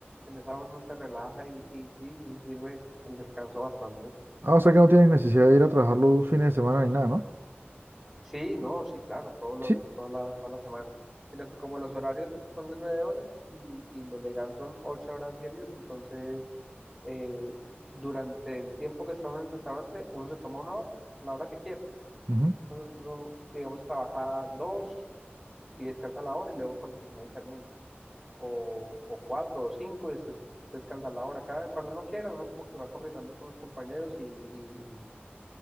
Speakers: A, in the centre; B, on the right.
A: en esa hora uno se relaja y, y sí, sí sirve el descanso bastante.
B: Ah, o sea que no tienes necesidad de ir a trabajar los fines de semana ni nada, ¿no?
A: Sí, no, sí, claro, todos los,
B: Sí.
A: toda la, toda la semana. Sino que como los horarios son de nueve horas y, y lo legal son ocho horas diarias, entonces eh, durante el tiempo que está uno en el restaurante, uno se toma una hora, a la hora que quiera.
B: Ujú.
A: Entonces, Uno, digamos, trabaja dos y descansa la hora y luego continúa y termina. o, o cuatro o cinco y después descansar la hora. Cada, cuando uno quiera, uno como que va coordinando con los compañeros y, y,